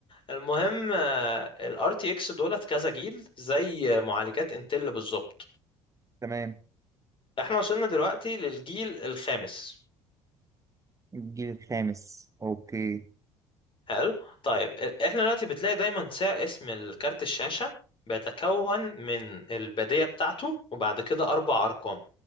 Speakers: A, on the left; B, on the right.
A: المهم الار تي اكس دولت كذا جيل زي معالجات انتل بالظبط
B: تمام
A: احنا وصلنا دلوقتي للجيل الخامس
B: الجيل الخامس اوكي
A: حلو طيب احنا دلوقتي بتلاقي دايما سا اسم الكارت الشاشة بيتكون من البادية بتاعته وبعد كده اربع ارقام